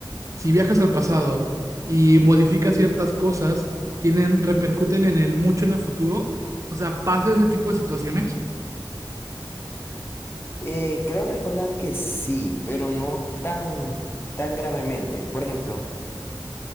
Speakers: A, on the right; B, on the left.
A: si viajas al pasado y modificas ciertas cosas, tienen, repercuten en el mucho en el futuro? O sea, ¿pasa ese tipo de situaciones?
B: eh, creo recordar que sí, pero no tan, tan gravemente. Por ejemplo,